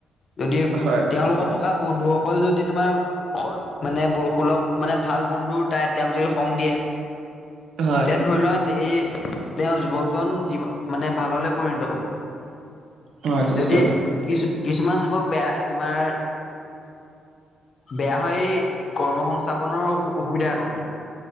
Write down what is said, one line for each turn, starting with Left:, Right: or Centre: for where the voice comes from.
Left: যদি
Right: হয়
Left: তেওঁৰ লগত থ থকা বন্ধুসকল যদি তোমাৰ স মানে ব সুলভ মানে ভাল বন্ধুৰ তাই তেওঁক যদি সংগ দিয়ে
Right: হয়
Left: এতিয়া ধৰি লোৱা এই তেওঁ যুৱক জন যি মানে ভাললে পৰিণত হব
Right: হয় নিশ্চয়
Left: ।যদি কিছু কিছুমান যুৱক বেয়া তোমাৰ বেয়া হয় কৰ্ম সংস্থাপনৰ অসুবিধাৰ কাৰণে